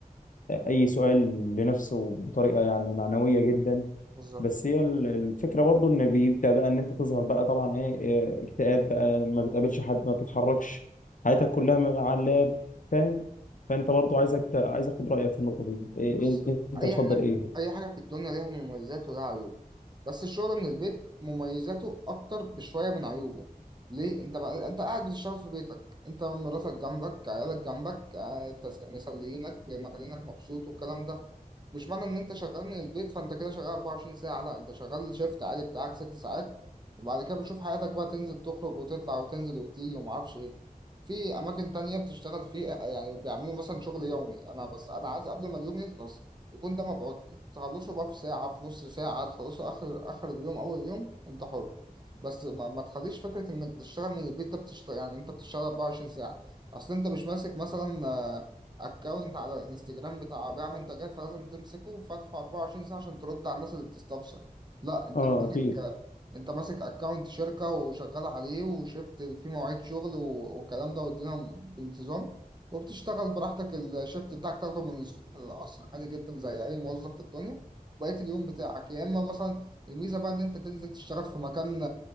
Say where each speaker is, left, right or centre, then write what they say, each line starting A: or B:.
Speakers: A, on the left; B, on the right.
A: آه، اي سؤال لنفسه بطريقة يعني معنوية جدا
B: بالظبط
A: بس هي ال- الفكرة برضه ان بيبدأ بقى ان انت تظهر بقى طبعا ايه آه، اكتئاب بقى ما بتقابلش حد ما بتتحركش حياتك كلها على اللاب فاهم فانت برضه عايزك ت- عايز اخد رأيك في النقطة دي إيه
B: بص
A: إيه انت
B: أي
A: بتفضل
B: حاجة
A: ايه
B: أي حاجة في الدنيا ليها مميزات ولها عيوب بس الشغل من البيت مميزاته أكتر بشوية من عيوبه ليه؟ أنت بقى أنت قاعد بتشتغل في بيتك أنت مراتك جنبك عيالك جنبك آه، تس- مسلينك مخلينك مبسوط والكلام ده مش معنى إن أنت شغال من البيت فأنت كده شغال 24 ساعة لا أنت شغال شيفت عادي بتاعك ست ساعات وبعد كده بتشوف حياتك بقى تنزل تخرج وتطلع وتنزل وتيجي ومعرفش إيه في اماكن تانية بتشتغل فيه يعني بيعملوا مثلا شغل يومي انا بس انا عايز قبل ما اليوم يخلص يكون ده مبعوت لي تخلصه بقى في ساعة في نص ساعة تخلصه اخر اخر اليوم اول يوم انت حر بس ما, ما تخليش فكرة انك بتشتغل من البيت ده بتشتغل يعني انت بتشتغل 24 ساعة اصل انت مش ماسك مثلا اكونت على الانستجرام بتاع بيع منتجات فلازم تمسكه وفتحه 24 ساعة عشان ترد على الناس اللي بتستفسر لا انت
A: اه
B: ماسك
A: اكيد
B: انت ماسك اكونت شركة وشغال عليه وشفت في مواعيد شغل و- والكلام ده والدنيا بانتظام وبتشتغل براحتك الشفت بتاعك تاخده من الصبح للعصر عادي جدا زي اي موظف في الدنيا بقية اليوم بتاعك يا اما مثلا الميزة بقى ان انت تنزل تشتغل في مكان